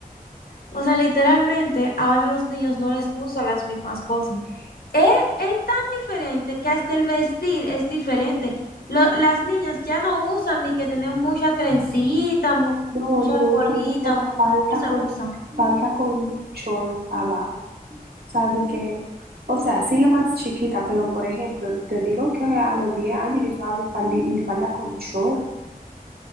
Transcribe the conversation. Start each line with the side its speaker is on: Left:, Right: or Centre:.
Left: O sea, literalmente, ahora a los niños no les gustan las mismas cosas. Es, es tan diferente que hasta el vestir es diferente. Lo- las niñas ya no usan ni que tienen mucha trencita, mu-
Right: No,
Left: mucha
Right: ni un
Left: colita,
Right: pantalón
Left: mu- no
Right: falda
Left: se
Right: con,
Left: usa.
Right: falda con short abajo. O sea, de que, o sea, sí la más chiquita, pero por ejemplo, te digo que a los 10 años yo usaba mi falda, mi falda con short.